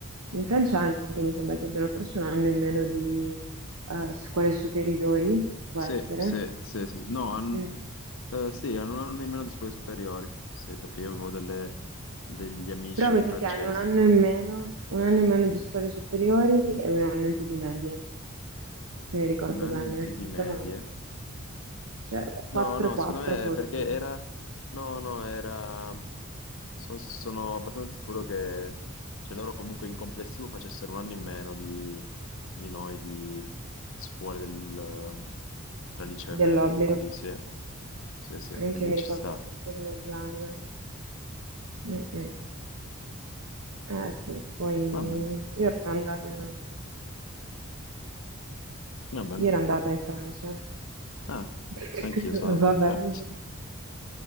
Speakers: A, on the right; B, on the left.
A: in Francia anche mi sembra che abbiano forse un anno in meno di eh, scuole superiori, può
B: Sì,
A: essere.
B: sì, sì, sì, sì. no, han-
A: Mm.
B: eh, sì, hanno un anno in meno di scuole superiori, sì, perché io avevo delle- degli amici
A: Però mi sa
B: francesi,
A: che hanno un anno in meno, un anno in meno di scuole superiori e un anno in più di medie, se mi ricordo
B: un anno
A: bene.
B: in più di medie.
A: Però, cioè,
B: No,
A: 4
B: no,
A: e 4
B: secondo me
A: forse,
B: è perché era... No, no, era. Sono, sono abbastanza sicuro che cioè, loro comunque in complessivo facessero un anno in meno di, di noi, di scuole del, tra liceo
A: dell'obbligo.
B: e medie, quindi sì, sì, sì,
A: Anche
B: quindi
A: io mi
B: ci
A: ricordo
B: sta.
A: una cosa del genere. Mm, mm. Eh sì, poi
B: Va bene,
A: io ero andata,
B: va bene.
A: io ero andata in Francia.
B: Ah,
A: <laughs>
B: anch'io sono andato
A: Va
B: in Francia.
A: bene.